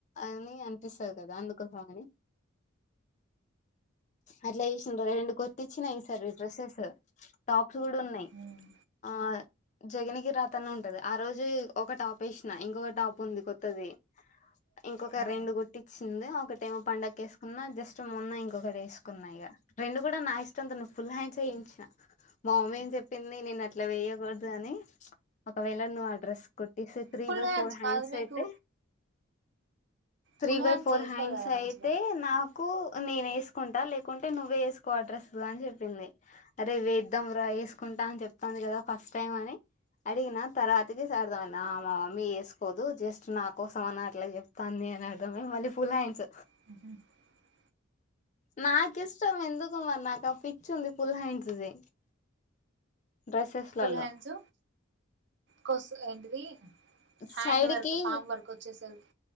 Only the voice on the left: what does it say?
అని అనిపిస్తంది కదా అందుకోసం అని అట్లా చేస రెండు కొర్తి ఇచ్చినా సర్ డ్రెస్సెస్ టాప్స్ కూడా ఉన్నాయ్
ఆ జగన్నికి రాత అనే ఉంటది ఆ రోజు ఒక టాప్ వేసిన ఇంకొక టాప్ ఉంది కొత్తది ఇంకొక
రెండు కుట్టిచ్చింది ఒక టైం పండగ వేసుకున్నా జస్ట్ మొన్న ఇంకొకటి వేసుకున్నా ఇక రెండు కూడా నా ఇష్టం అంతా ఫుల్ హాండ్స్ చేయించిన మా అమ్మ ఏం చెప్పింది నేను అట్లా వేయకూడదు అని ఒకవేళ నువ్వు అడ్రస్ కొట్టిసిచ్చ త్రీ
బై ఫోర్ హ్యాండ్స్
అయితే త్రీ
బై ఫోర్
హ్యాండ్స్
అయితే నాకు నేను వేసుకుంటా లేకుంటే నువ్వే వేసుకో ఆ అడ్రస్ అని చెప్ప చెప్పింది అరే వేద్దాం రా వేసుకుంటా అని చెప్తాను కదా ఫస్ట్ టైమ్ అని అడిగిన తర్వాతకి అర్థమ మామమ్మీ వేసుకోదు జస్ట్ నా కోసం అని అట్లా చెప్తంది అని అర్థమే మళ్ళీ ఫుల్ హాండ్స్
నాకు ఇష్టం ఎందుకు మరి నాకు ఆ పిచ్చ ఉంది ఫుల్ హ్యాండ్స్ ది డ్రెస్సెస్లలో
సైడ్
కి